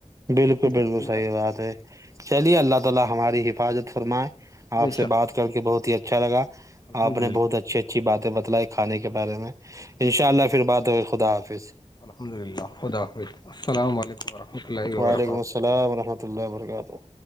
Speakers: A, on the right; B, on the left.
A: بالکل
B: اتنا
A: بالکل
B: تیل ڈالتا
A: صحیح بات ہے چلیے اللہ تعالی ہماری حفاظت فرمائے
B: بے
A: آپ سے
B: شک
A: بات کر کے بہت ہی اچھا لگا
B: الحمد
A: آپ نے
B: للہ
A: بہت اچھے اچھی باتیں بتلائے کھانے کے بارے میں ان
B: بے شک
A: شاء اللہ پھر بات ہو گئی خدا حافظ-
B: الحمد اللہ خدا حافظ السلام و علیکم ورحمتہ اللہ- وبرکاتہ
A: وعلیکم السلام رحمۃ اللہ وبرکاتہ-